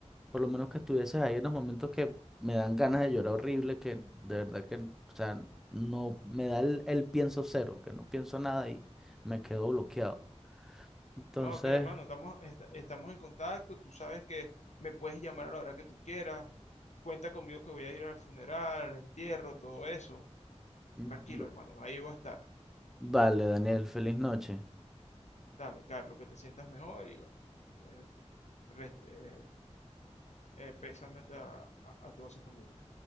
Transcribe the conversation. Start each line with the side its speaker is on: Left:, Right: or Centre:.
Centre: por lo menos que estuvieses ahí en los momentos que me dan ganas de llorar horrible, que de verdad que, o sea, no me da el, el pienso cero, que no pienso nada y me quedo bloqueado. Entonces,
Left: No, que hermano, estamos, est- estamos en contacto, tú sabes que me puedes llamar a la hora que tú quieras, Cuenta conmigo que voy a ir al funeral, al entierro, todo eso.
Centre: mm,
Left: Tranquilo,
Centre: v-
Left: hermano, ahí voy a estar.
Centre: vale, Daniel, feliz noche.
Left: Dale, Carlos, que te sientas mejor y bueno, eh, rest- eh, eh, pésame a, tu- a a- a toda su familia.